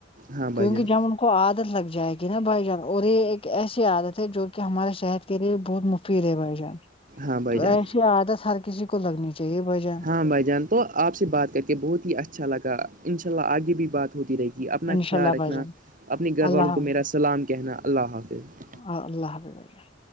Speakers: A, on the right; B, on the left.
A: ہاں
B: کیونکی
A: بھائی جان
B: جب کو عادت لگ جائے گی نا بھائی جان اور یے ایک ایسی عادت ہے جو کی ہمارے صحت کے لیے بہت مفید ہے بھائی جان
A: ہاں بھائی
B: تو
A: جان
B: ایسی عادت ہر کسی کو لگنی چاہیے بھائی جان
A: ہاں بھائی جان تو آپ سے بات کر کے بہت ہی اچھا لگا انشاء اللہ آگے بھی بات ہوتی رہے گی اپنا
B: انشاء
A: خیال
B: اللہ
A: رکھنا
B: بھائی جان
A: اپنے گھر
B: اللہ
A: والوں کو میرا سلام کہنا اللہ حافظ
B: ہاں اللہ حافظ بھائی جان